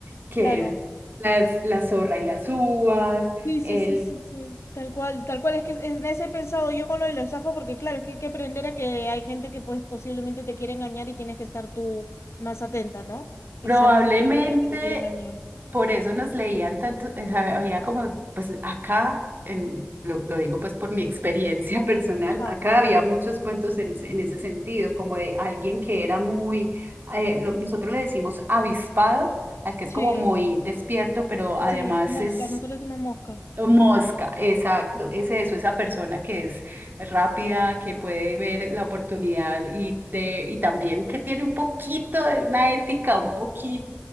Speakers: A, on the right; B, on the left.
A: que
B: claro.
A: las, la zorra y las uvas,
B: Sí, sí,
A: el
B: sí, sí, sí, tal cual, tal cual, es que en ese he pensado yo con lo de la estafa, porque claro, es que hay que aprender a que hay gente que pues posiblemente te quiere engañar y tienes que estar tú más atenta, ¿no? Y
A: Probablemente
B: ser más viva que el que te quiere engañar.
A: por eso nos leían tanto, o sea, había como, pues acá, en, lo, lo digo pues por mi experiencia <laughs> personal,
B: Ajá,
A: acá había muchos cuentos en, ese en ese sentido, como de alguien que era muy, eh, lo- nosotros le decimos avispado, al que es
B: sí,
A: como muy despierto, pero además
B: sí, mosca,
A: es
B: nosotros decimos mosca.
A: Mosca, exacto,
B: Sí,
A: es eso, esa persona que es rápida, que puede ver la oportunidad y, de, y también que tiene un poquito de una ética, un poquito